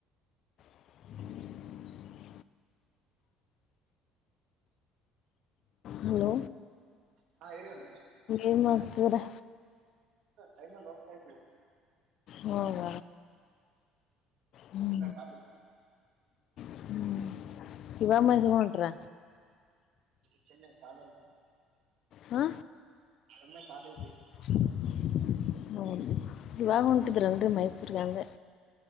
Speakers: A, on the left; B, on the right.
A: <inaudible> ಹಲೋ
B: ಹಾ ಇರಿ ಒಂದ್ ನಿಮಿಷ
A: ಏನ್ ಮಾಡ್ತೀದಿರಾ
B: ಲೈನಲ್ ಹೋಗ್ತಾಯಿದ್ದೀವಿ
A: ಹೌದ ಹ್ಞ.
B: ಸುಮ್ನೆ ಖಾಲಿ
A: <inaudible> ಇವಾಗ ಮೈಸೂರಿಗೆ ಹೊಂಟ್ರಾ
B: <unintelligible>
A: ಹಾ
B: ಸುಮ್ನೆ ಖಾಲಿ ಇದ್ವಿ
A: <unintelligible> ಇವಾಗ ಹೊಂಟಿದ್ರೇನ್ರೀ ಮೈಸೂರಿಗೆ ಅಂದ್ಯಾ